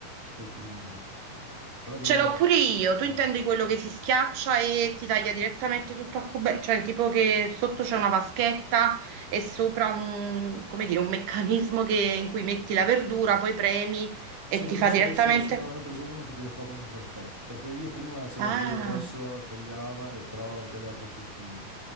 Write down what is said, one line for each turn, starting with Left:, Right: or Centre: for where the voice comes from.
Centre: fai prima, non so. Però veniva...
Right: Ce l'ho pure io. Tu intendi
Centre: eh.
Right: quello che si schiaccia e ti taglia direttamente tutto a cubetti, cioè tipo che sotto c'è una vaschetta e sopra un, come dire, un meccanismo che- in cui metti la verdura, poi premi
Centre: Sì,
Right: e ti
Centre: non
Right: fa
Centre: so,
Right: direttamente.
Centre: io so- se no, ne ho preso uno che te lo fa proprio perfetto, perché io prima avevo
Right: Ah,
Centre: quello grosso, tagliava, e però tagliava troppo fine.